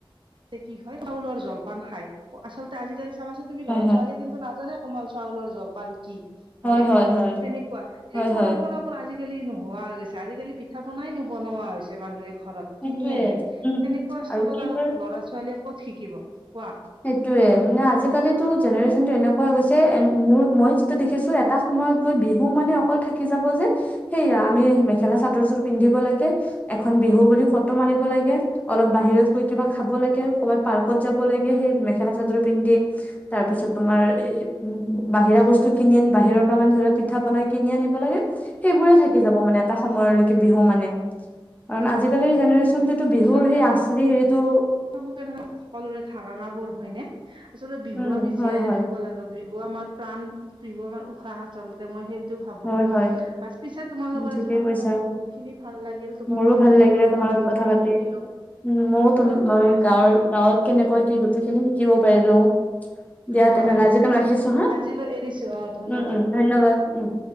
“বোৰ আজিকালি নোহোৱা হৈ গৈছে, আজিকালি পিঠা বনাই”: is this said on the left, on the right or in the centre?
Right